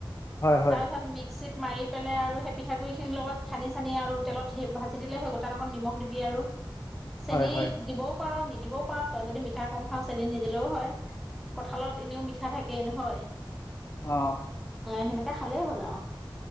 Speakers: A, on the left (about 35°); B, in the centre.
A: হয় হয়
B: তাৰপিছত মিক্সিত মাৰি পেলাই আৰু সেই পিঠাগুড়ি খিনিৰ লগত খানি চানি আৰু তেলত হে ভাজি দিলে হৈ গ'ল তাত অকণ নিমখ দিবি আৰু চেনী
A: হয় হয়
B: দিবও পাৰ নিদিবও পাৰ তই যদি মিঠা কম খাওঁ চেনি নিদিলেও হয় কঁঠালত এনেও মিঠা থাকেই নহয়
A: অ
B: সেনেকে এ খালেই হ'ল আও